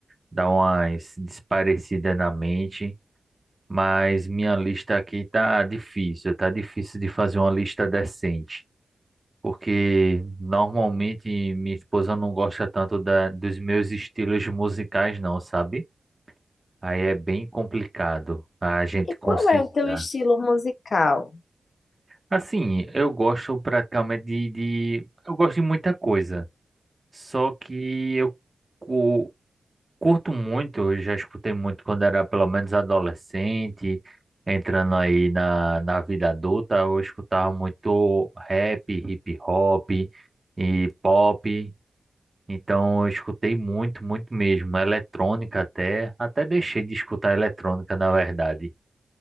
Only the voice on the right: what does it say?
dar umas desparecidas na mente, mas minha lista aqui tá difícil, tá difícil de fazer uma lista decente, porque normalmente minha esposa não gosta tanto da, dos meus estilos musicais, não, sabe? Aí é bem complicado a gente
conciliar.
Assim, eu gosto praticamente de, de- Eu gosto de muita coisa. Só que eu cu- curto muito, eu já escutei muito quando era pelo menos adolescente, entrando aí na, na vida adulta, eu escutava muito rap, hip hop e pop. Então eu escutei muito, muito mesmo. Eletrônica até. Até deixei de escutar eletrônica, na verdade.